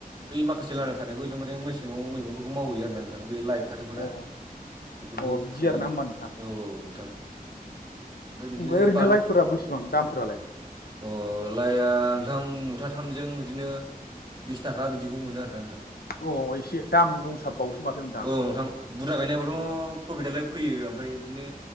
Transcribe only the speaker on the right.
बै माखासे लाना थानायखौ एकदमारे मेसेङाव मैगंफोरखौ मावहैयो आरोना नोंथां बे लाइ फाथोफोरा
बेफोरखौ
खुबैनाय
औ औ नोंथां। बिदिनो
बानलु
अ लाइया नोंथां मुथाथामजों बिदिनो बिस थाखा बिदिखौ मोन आरोना नोंथां।
औ नोंथां बुरजा गायनायाबोथ'
प्रफिटदालाय फैयो आफ्राय बिदिनो